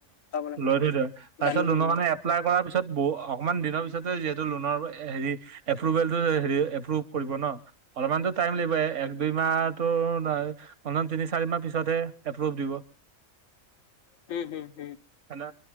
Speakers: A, on the left (about 80°); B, on the right (about 65°).
A: লাগিব
B: লৈ থৈ দে
A: জানিব
B: তাৰপিছত লুনৰ
A: লাগিব
B: কাৰণে এপ্লাই কৰাৰ পিছত ব অকমান দিনৰ পিছতে যিহেতু লোনৰ হেৰি এপ্ৰভেলটো হে এপ্ৰভ কৰিব ন অলপমানতো টাইম লাগিব এক দুই মাহটো নাই অনধন তিনিচাৰি মাহ পিছতহে এপ্ৰোভ দিব
A: হো হো হো
B: সেন্দা